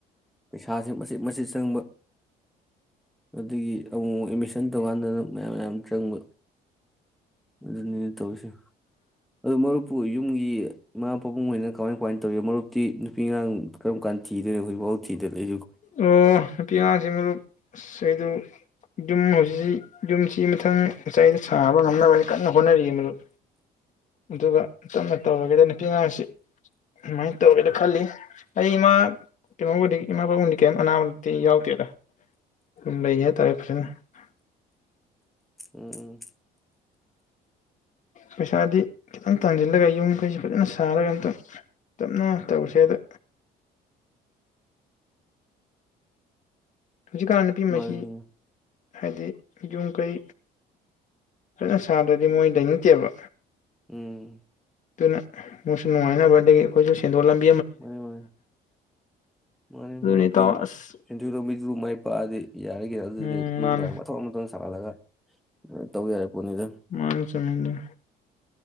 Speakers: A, in the centre; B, on the left (about 45°).
A: ꯄꯩꯁꯥꯁꯦ ꯃꯆꯤꯠ ꯃꯆꯤꯠ ꯆꯪꯕ ꯑꯗꯒꯤ ꯑꯃꯨꯛꯛ ꯑꯦꯠꯃꯤꯁꯟ ꯇꯧꯀꯥꯟꯗꯅ ꯃꯌꯥꯝ ꯃꯌꯥꯝ ꯆꯪꯕ ꯑꯗꯨꯅꯤꯅ ꯇꯧꯔꯤꯁꯦ ꯑ ꯃꯔꯨꯞꯄꯨ ꯌꯨꯝꯒꯤ ꯏꯃꯥ ꯄꯥꯕꯨꯡ ꯑꯣꯏꯅ ꯀꯃꯥꯏ ꯀꯃꯥꯏꯅ ꯇꯧꯔꯤ ꯃꯔꯨꯞꯇꯤ ꯅꯨꯄꯤ ꯑꯉꯥꯡ ꯀꯔꯝ ꯀꯥꯟ ꯊꯤꯗꯣꯏꯅ ꯍꯧꯖꯤꯣꯏꯐꯥꯎ ꯊꯤꯗꯅ
B: ꯑꯣ ꯅꯨꯄꯤ ꯑꯉꯥꯡꯁꯤ ꯃꯔꯨꯞ ꯁꯗꯨ ꯌꯨꯝ ꯍꯧꯖꯤꯛꯁꯤ ꯌꯨꯝꯁꯤ ꯃꯊꯪ ꯉꯥꯏꯗ ꯁꯥꯕ ꯉꯝꯅꯕꯗꯤ ꯀꯟꯅ ꯍꯣꯠꯅꯔꯤ ꯃꯔꯗꯨꯨꯞ ꯑꯗꯨꯒ ꯇꯞꯅ ꯇꯧꯔꯒꯦꯗ ꯅꯨꯄꯤ ꯑꯉꯥꯡꯁꯤ ꯀꯃꯥꯏꯅ ꯇꯧꯒꯦꯅ ꯈꯜꯂꯤ ꯑꯩ ꯏꯃꯥ ꯀꯩꯅꯣꯕꯨꯗꯤ ꯏꯃꯥ ꯄꯕꯥꯕꯨꯡꯗꯤ ꯀꯩꯝ ꯑꯅꯥꯕꯛꯇꯤ ꯌꯥꯎꯗꯦꯗ ꯑꯗꯨꯝ ꯂꯩꯒꯦ ꯍꯥꯏꯇꯥꯔꯦ ꯐꯖꯅ
A: ꯎꯝ
B: ꯄꯩꯁꯥꯗꯤ ꯈꯤꯇꯪ ꯇꯥꯟꯁꯤꯜꯂꯒ ꯌꯨꯝꯈꯩꯁꯤ ꯐꯖꯅ ꯁꯥꯔꯒ ꯑꯝꯇꯪ ꯇꯞꯅ ꯇꯧꯁꯦ ꯑꯗ ꯍꯧꯖꯤꯛꯀꯥꯟ ꯅꯨꯄꯤ
A: ꯃꯥꯅꯤ
B: ꯑꯁꯤ ꯍꯥꯏꯗꯤ ꯌꯨꯝ ꯀꯩ ꯐꯖꯅ ꯁꯥꯗ꯭ꯔꯗꯤ ꯃꯣꯏ ꯂꯩꯅꯗꯦꯕ
A: ꯎꯝ
B: ꯑꯗꯨꯅ ꯃꯣꯏꯁꯨ ꯅꯨꯡꯉꯥꯏꯅꯕꯗꯒꯤ ꯑꯩꯈꯣꯏꯁꯨ ꯁꯦꯟꯗꯣꯛꯂꯝꯃꯤ
A: ꯃꯥꯅꯤ ꯃꯥꯅꯤ ꯃꯥꯅꯤ
B: ꯑꯗꯨꯅꯤ
A: ꯃꯔꯨꯞꯀꯤ
B: ꯏꯇꯥꯎ ꯑꯁ
A: ꯁꯦꯟꯖꯨ ꯂꯝꯕꯤꯗꯨ ꯃꯥꯏ ꯄꯥꯛꯑꯗꯤ ꯌꯥꯔꯒꯦ ꯑꯗꯨꯗꯤ
B: ꯎꯝ
A: ꯌꯨꯝ
B: ꯃꯥꯅꯤ
A: ꯀ ꯃꯊꯊꯧ ꯃꯊ ꯁꯥꯍꯜꯂꯒ ꯇꯧ ꯌꯥꯔꯦ ꯄꯣꯠꯅꯤꯗ
B: ꯃꯥ ꯆꯉꯗ